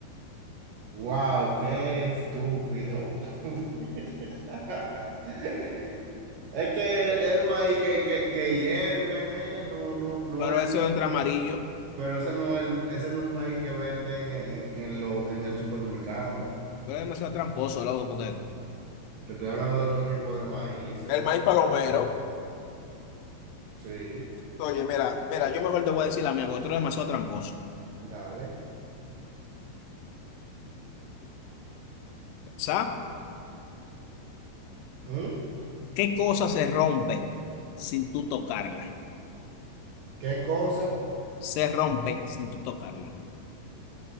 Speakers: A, on the right; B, on the left.
A: ¡Wow! ¡Qué estúpido! <laughs> Es que el, maíz que, que, que hierven, eh, no, no, no
B: pero
A: es el
B: eso
A: maíz.
B: entra amarillo.
A: Pero ese no es el, ese no es el maíz que venden en, en- en lo, en el supermercado.
B: Tú eres demasiado tramposo, loco, porque
A: Te estoy hablando de otro tipo de maíz, eh.
B: el maíz palomero.
A: Sí,
B: Oye, mira, mira, yo mejor te voy a decir la mía, porque tú eres demasiado tramposo.
A: dale.
B: ¿Sabes?
A: ¿Mm?
B: ¿Qué cosa se rompe sin tú tocarla?
A: ¿Qué cosa?
B: Se rompe sin tú tocarla.